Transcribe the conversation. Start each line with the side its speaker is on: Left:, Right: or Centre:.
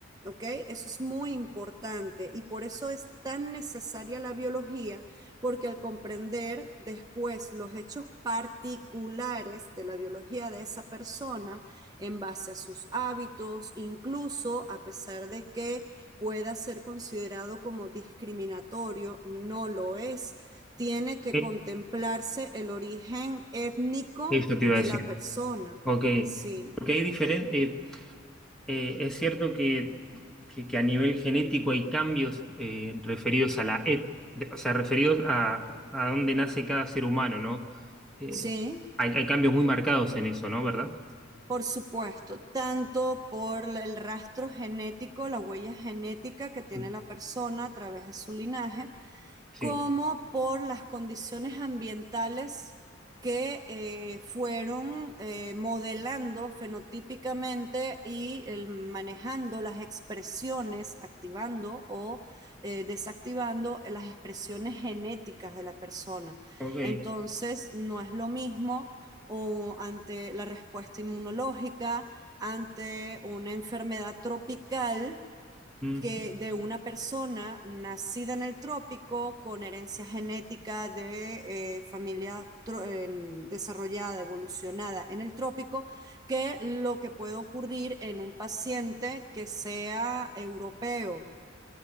Right: ¿ok? Eso es muy importante y por eso es tan necesaria la biología, porque al comprender después los hechos particulares de la biología de esa persona en base a sus hábitos, incluso a pesar de que pueda ser considerado como discriminatorio, no lo es. Tiene que
Centre: Eh,
Right: contemplarse el origen étnico
Centre: eso te
Right: de
Centre: iba a decir.
Right: la persona.
Centre: Ok,
Right: Sí,
Centre: porque hay diferentes, es cierto que, que- que a nivel genético hay cambios eh, referidos a la et, de- o sea, referidos a, a dónde nace cada ser humano, ¿no? Eh,
Right: sí.
Centre: hay, hay cambios muy marcados en eso, ¿no? ¿Verdad?
Right: Por supuesto, tanto por la- el rastro genético, la huella genética que tiene
Centre: Mm,
Right: la persona a través de su linaje,
Centre: Sí,
Right: como por las condiciones ambientales que eh, fueron eh, modelando fenotípicamente y el- manejando las expresiones, activando o eh, desactivando las expresiones genéticas de la persona.
Centre: ok,
Right: Entonces, no es lo mismo o ante la respuesta inmunológica, ante una enfermedad tropical
Centre: mm,
Right: que de una persona nacida en el trópico con herencia genética de eh, familia eh, desarrollada, evolucionada en el trópico, que lo que puede ocurrir en un paciente que sea europeo